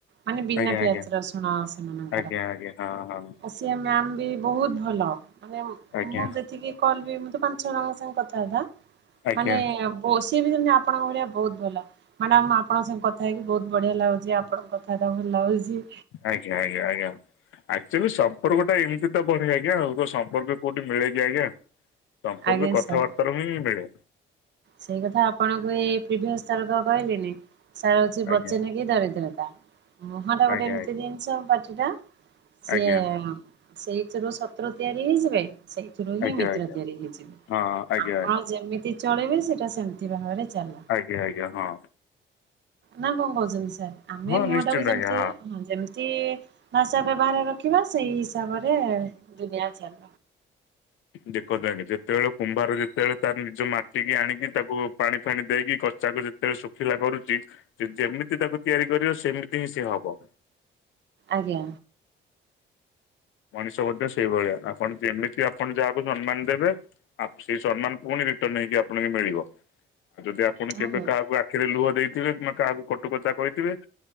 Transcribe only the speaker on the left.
ଆଜ୍ଞା
ଆଜ୍ଞା
ଆଜ୍ଞା ଆଜ୍ଞା ହଁ ହଁ।
ଆଜ୍ଞା
ଆଜ୍ଞା
ଆଜ୍ଞା ଆଜ୍ଞା ଆଜ୍ଞା। ଆକ୍ଚ୍ୟୁଆଲି ସମ୍ପର୍କ ଟା ଏମିତି ତ ବଢେ ଆଜ୍ଞା ଆଉ। କଣ ସମ୍ପର୍କ କୋଉଠି ମିଳେ କି ଆଜ୍ଞା? ସମ୍ପର୍କ
କଥାବାର୍ତ୍ତାରୁ
ହିଁଁ ମିଳେ।
ଆଜ୍ଞା
ଆଜ୍ଞା
ଆଜ୍ଞା
ଆଜ୍ଞା
ଆଜ୍ଞା
ଆଜ୍ଞା।
ହଁ ଆଜ୍ଞା
ଆଜ୍ଞା ଆଜ୍ଞା ହଁ।
ହଁ
ନିଶ୍ଚିନ୍ତ
ଆଜ୍ଞା
ଦେଖନ୍ତୁ ଆଜ୍ଞା ଯେତେବେଳେ କୁମ୍ଭାର ଯେତେବେଳେ ତାର ନିଜ ମାଟିିକି ଆଣିକି ତାକୁ ପାଣି ଫାଣି ଦେଇକି କଚାକୁ ଯେତେବେଳେ ଶୁଖିଲା କରୁଚି। ଯେ ଯେମିତି ତାକୁ ତିଆରି କରିବ ସେମିତି ହିଁ ସିଏ ହବ।
ମଣିଷ ମଧ୍ୟ ସେଇଭଳିଆ ଆପଣ ଯେମିତି ଆପଣ ଯାହାକୁ ସମ୍ମାନ ଦେବେ। ଆପ୍ ସେଇ ସମ୍ମାନ ପୁଣି ରିଟର୍ଣ ହେଇକି ଆପଣଙ୍କୁ ମିଳିବ। ଆଉ ଯଦି ଆପଣ
କେବେ କାହାକୁ ଆକ୍ ଆଖିରେ ଲୁହ ଦେଇଥିବେ କିମ୍ବା କାହାକୁ କଟୁକଥା କହିଥିବେ